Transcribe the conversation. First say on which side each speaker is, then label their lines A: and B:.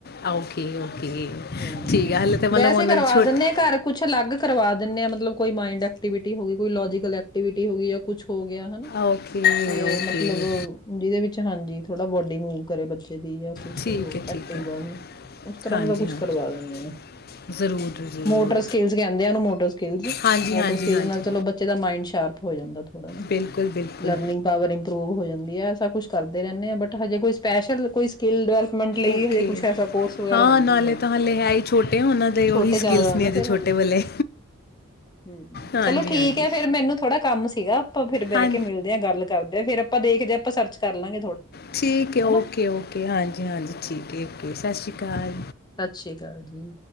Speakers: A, on the left (about 45°); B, on the left (about 20°).
A: ਆ ਓਕੇ ਓਕੇ
B: ਹਮ,
A: ਠੀਕ ਹੈ ਹੱਲੇ ਤੇ ਮਤਲਬ
B: ਵੈਸੇ
A: ਉਹਨਾਂ
B: ਕਰਵਾ
A: ਦੀ ਛੋਟੀ
B: ਦਿੰਣੇ ਹਾਂ ਘਰ ਕੁਛ ਅਲੱਗ ਕਰਵਾ ਦਿੰਣੇ ਆ, ਮਤਲਬ ਕੋਈ ਮਾਇੰਡ ਵਿਟੀ ਹੋ ਗਈ, ਕੋਈ ਲੋਜੀਕਲ ਐਕਟੀਵਿਟੀ ਹੋ ਗਈ, ਯਾ ਕੁਛ ਹੋ ਗਿਆ ਹੈਨਾ,
A: ਓਕੇ
B: ਤੇ
A: ਓਕੇ
B: ਮਤਲਬ ਜਿਹਦੇ ਵਿੱਚ ਹਾਂਜੀ <unintelligible> ਰੀ ਮੂਵ ਕਰੇ ਬੱਚੇ ਦੀ ਜਾਂ ਕੁਛ
A: ਠੀਕ
B: <unintelligible>
A: ਹੈ
B: ਐਕਟਿਵ
A: ਠੀਕ ਹੈ
B: ਬਣ, ਉਸ ਤਰ੍ਹਾਂ
A: ਹਾਂਜੀ
B: ਦਾ ਕੁਛ
A: ਹਾਂਜੀ
B: ਕਰਵਾ ਦਿੰਦੇ ਆ।
A: ਜ਼ਰੂਰ ਜ਼ਰੂਰ
B: ਮੋਟਰ ਸਕਿਲਸ ਕਹਿੰਦੇ ਆਨੂੰ ਮੋਟਰ ਸਕਿਲਸ,
A: ਹਾਂਜੀ
B: ਮੋਟੋ
A: ਹਾਂਜੀ
B: ਸਕਿਲਸ
A: ਹਾਂਜੀ
B: ਨਾਲ ਚਲੋ ਬੱਚੇ ਦਾ ਮਾਈੰਡ ਸ਼ ਸ਼ਾਰਪ ਹੋ ਜਾਂਦਾ ਥੋੜਾ ਨਾ
A: ਬਿਲਕੁਲ ਬਿਲਕੁਲ
B: ਲਰਨਿੰਗ ਪਾਵਰ ਇੰਪਰੂਵ ਹੋ ਜਾਂਦੀ ਏ, ਸਬ ਕੁੱਛ ਕਰ ਨਹੀਂ ਬਟ ਹਜੇ ਕੋਈ ਸਪੈਸ਼ਲ ਕੋਈ ਸਕਿੱਲ ਡਿਵੈਲਪ ਮੇਨਟ ਲਈ
A: ਓਕੇ
B: ਹਜੇ ਕੁਛ ਐਸਾ ਕੋਰਸ ਵਗੈਰਾ
A: ਹਾਂ
B: ਨਹੀਂ ਓਹਨੂੰ
A: ਨਾਲੇ
B: ਜੋਇਨ
A: ਤਾਂ
B: ਕਰਵਾਆ।
A: ਹਾਲੇ ਹੈ ਹੀ ਛੋਟੇ ਉਹਨਾਂ ਦੇ ਉਹੀ
B: ਛੋਟੇ ਜਾਦਾ
A: ਸਕਿੱਲਸ ਨੇ
B: ਨਾ
A: ਅਜੇ
B: ਫਿਰ
A: ਛੋਟੇ
B: ਹਜੇ।
A: ਵਾਲੇ
B: ਹਮ
A: ਹਾਂਜੀ
B: ਚਲੋ ਠੀਕ
A: ਹਾਂਜੀ
B: ਆ ਫਿਰ ਮੈਨੂੰ ਥੋੜਾ ਕੰਮ ਸੀਗਾ, ਆਪਾਂ ਫਿਰ ਬਹਿ
A: ਹਾਂ
B: ਕੇ ਮਿਲਦੇ ਹਾਂ, ਗੱਲ ਕਰਦੇ ਆ ਫਿਰ ਅ ਆਪਾਂ ਦੇਖਦੇ, ਆਪਾਂ ਸਰਚ ਕਰ ਲਾਂਗੇ।
A: ਠੀਕ ਹੈ ਓਕੇ-ਓਕੇ,
B: ਹਨਾ
A: ਹਾਂਜੀ-ਹਾਂਜੀ ਠੀਕ ਹੈ ਓਕੇ, ਸਤਿ ਸ਼੍ਰੀ ਅਕਾਲ।
B: ਸਤਿ ਸ੍ਰੀ ਅਕਾਲ ਜੀ